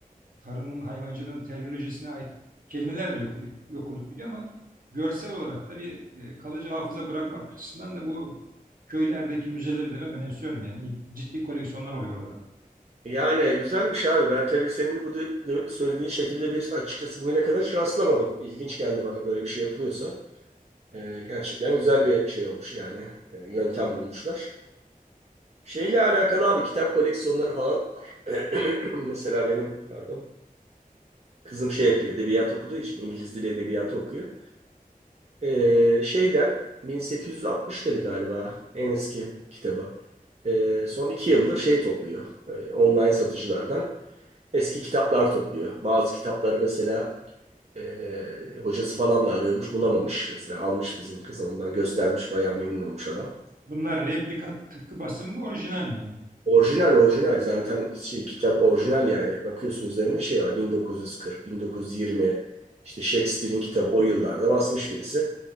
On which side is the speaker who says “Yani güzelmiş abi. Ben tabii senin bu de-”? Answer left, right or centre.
Right